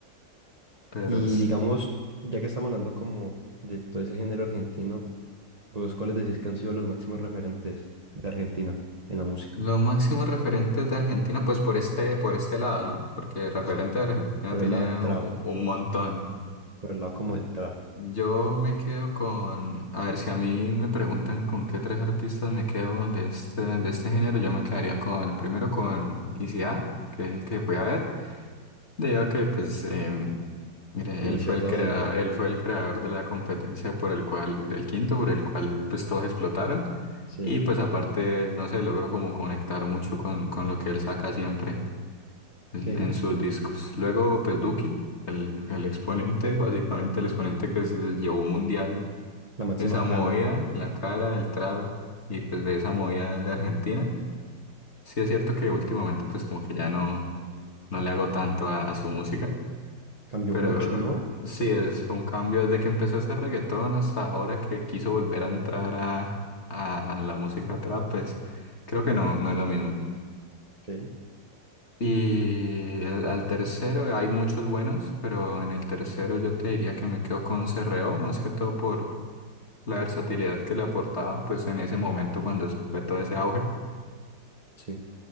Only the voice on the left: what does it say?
Pero
s-
lo máximo referente de Argentina, pues por este, por este lado, ¿no? Porque referente
de Argentina
tiene
u- un montón.
Yo me quedo con, a ver, si a mí me preguntan con qué tres artistas me quedo de este, de este género, yo me quedaría con, primero con ICA, que es el que fui a ver. Digo que pues... em, Mire,
él fue el
crea-
él fue el creador de la competencia por el cual, del quinto, por el cual pues todos explotaron.
Y pues aparte, no sé, logró como conectar mucho con, con lo que él saca siempre en,
en sus discos. Luego, pues Duki, el, el exponente, básicamente el exponente que se llevó mundial
esa movida,
la cara, el trap y pues de esa movida de Argentina. Sí es cierto que últimamente pues como que ya no, no le hago tanto a a su música.
Pero
sí, es, fue un cambio desde que empezó a hacer reggaetón hasta ahora que quiso volver a entrar a, a la música trap, pues creo que no, no es lo mismo.
Y el- al tercero hay muchos buenos, pero en el tercero yo te diría que me quedo con Cerreo, más que todo por la versatilidad que le aportaba, pues en ese momento cuando eso fue todo ese auge,